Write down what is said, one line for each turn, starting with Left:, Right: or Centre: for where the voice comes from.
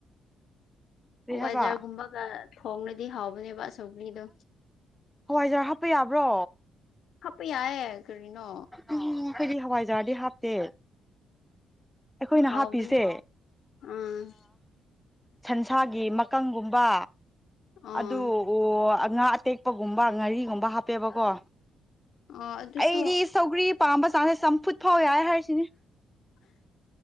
Centre: ꯀꯔꯤ
Left: ꯍꯋꯥꯏꯖꯔꯒꯨꯝꯕꯒ
Centre: ꯍꯥꯏꯕ
Left: ꯊꯣꯡꯂꯗꯤ ꯍꯥꯎꯕꯅꯦꯕ ꯁꯧꯒꯔ꯭ꯤꯗꯣ
Centre: ꯍꯋꯥꯏꯖꯔ ꯍꯥꯞꯄ ꯌꯥꯕ꯭ꯔꯣ
Left: ꯍꯥꯞꯄ ꯌꯥꯏꯑꯦ ꯀꯔꯤꯅꯣ
Centre: ꯎꯝ ꯑꯩꯈꯣꯏꯗꯤ ꯍꯋꯥꯏꯖꯥꯔꯗꯤ ꯍꯥꯞꯇꯦ ꯑꯩꯈꯣꯏꯅ
Left: ꯍꯥꯎꯕꯅꯦ
Centre: ꯍꯥꯞꯄꯤꯁꯦ
Left: ꯎꯝ
Centre: ꯁꯟꯁꯥꯒꯤ ꯃꯀꯪꯒꯨꯝꯕ
Left: ꯑꯥ
Centre: ꯑꯗꯨ ꯑꯣ ꯉꯥ ꯑꯇꯦꯛꯄꯒꯨꯝꯕ ꯉꯥꯔꯤꯒꯨꯝꯕ ꯍꯥꯞꯄꯦꯕꯀꯣ
Left: ꯑꯣ ꯑꯗꯨꯁꯨ
Centre: ꯑꯩꯗꯤ ꯁꯧꯒ꯭ꯔꯤ ꯄꯥꯝꯕ ꯆꯥꯡꯁꯦ ꯆꯝꯐꯨꯠ ꯐꯥꯎ ꯌꯥꯏ ꯍꯥꯏꯔꯤꯁꯤꯅꯦ